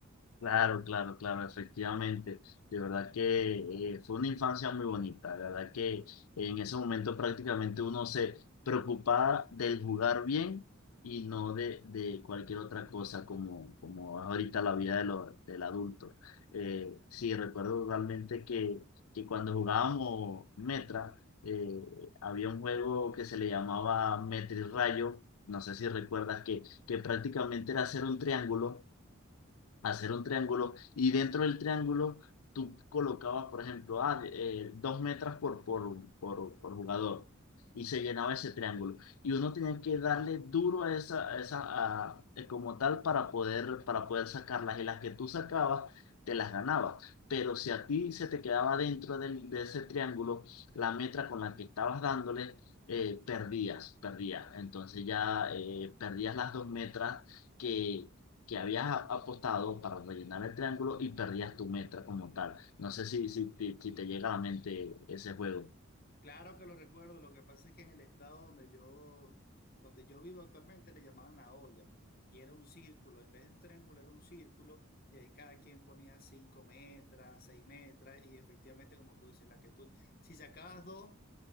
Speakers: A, on the left (about 85°); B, on the left (about 45°).
A: Claro, claro, claro, efectivamente. De verdad que eh, fue una infancia muy bonita. De verdad que en ese momento prácticamente uno se preocupaba del jugar bien y no de, de cualquier otra cosa como, como es ahorita la vida de lo- del adulto. Eh, sí, recuerdo realmente que, que cuando jugábamos Metra, eh, había un juego que se le llamaba Metra y Rayo. No sé si recuerdas que, que prácticamente era hacer un triángulo hacer un triángulo y dentro del triángulo tú colocabas, por ejemplo, ah, eh, dos metros por, por, por, por jugador y se llenaba ese triángulo. Y uno tenía que darle duro a esa, a esa a- eh, como tal para poder, para poder sacarlas y las que tú sacabas. te las ganabas, pero si a ti se te quedaba dentro del- de ese triángulo la metra con la que estabas dándole, eh, perdías, perdías, entonces ya eh, perdías las dos metras, que que habías a- apostado para rellenar el triángulo y perdías tu meta como tal. No sé si, si, te, si te llega a la mente ese juego.
B: Claro que lo recuerdo, lo que pasa es que en el estado donde yo, donde yo vivo actualmente le llamaban la olla. Y era un círculo, en vez de un triángulo era un círculo, y ahí cada quien ponía 5 metros, 6 metros, y efectivamente, como tú dices, la que tú, si sacabas dos,